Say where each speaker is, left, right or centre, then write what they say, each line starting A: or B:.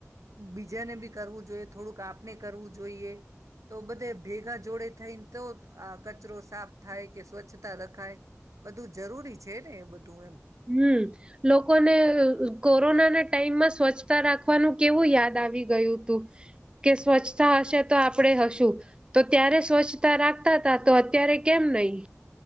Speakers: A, on the right (about 80°); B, on the right (about 20°).
A: બીજાને બી કરવું જોઈએ થોડુંક આપને કરવું જોઈએ, તો બધે ભેગા જોડે થઈને તો આ કચરો સાફ થાય કે સ્વચ્છ તા રખાય, બધું જરૂરી છે ને. બધું એમ.
B: હમ લોકોને કોરોનાના ટાઈમમાં સ્વચ્છતા રાખવાનું કેવું યાદ આવી ગયું હતું, કે સ્વચ્છતા હશે તો આપણે હશું, તો ત્યારે સ્વચ્છતા રાખતા ત તો અત્યારે કેમ નહી.